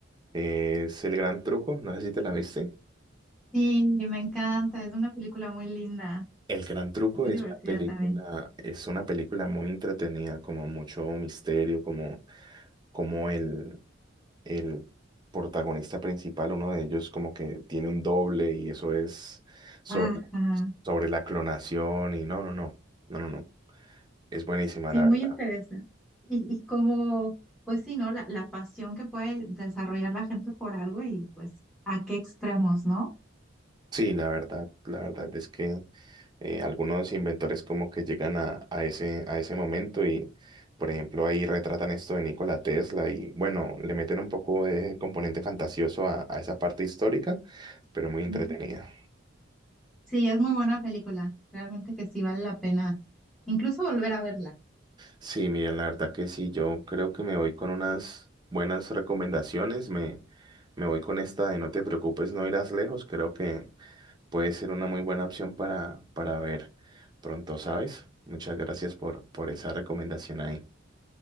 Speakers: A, on the right; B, in the centre.
A: eh, es El Gran Truco, no sé si te la viste.
B: Sí, me encanta, es una película muy linda,
A: El Gran Truco
B: muy
A: es
B: divertida
A: una película,
B: también.
A: es una película muy entretenida, como mucho misterio, como, como el, el protagonista principal, uno de ellos como que tiene un doble y eso es sobre,
B: Ajá,
A: sobre la clonación y no, no, no, no, no, no, es buenísima
B: sí,
A: la verdad.
B: muy interesante. Y, y como, pues sí, ¿no? La, la pasión que puede desarrollar la gente por algo y pues a qué extremos, ¿no?
A: Sí, la verdad, la verdad es que eh, algunos inventores como que llegan a, a ese, a ese momento y, por ejemplo, ahí retratan esto de Nikola Tesla y, bueno, le meten un poco de componente fantasioso a, a esa parte histórica, pero muy entretenida.
B: Ujú. Sí, es muy buena película, realmente que sí vale la pena incluso volver a verla.
A: Sí, miren, la verdad que sí, yo creo que me voy con unas buenas recomendaciones, me, me voy con esta de No te preocupes, no irás lejos, creo que puede ser una muy buena opción para, para ver pronto, ¿sabes? Muchas gracias por, por esa recomendación ahí.